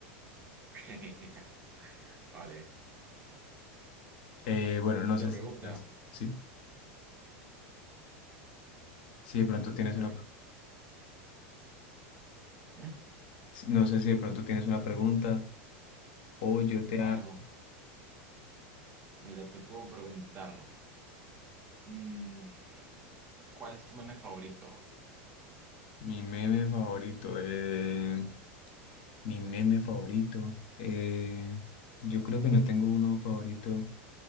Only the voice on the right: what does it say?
<laughs> Vale.
Otra
pregunta.
Dime.
¿Eh?
Bueno,
mira, te puedo preguntar. mm, ¿Cuál es tu meme favorito?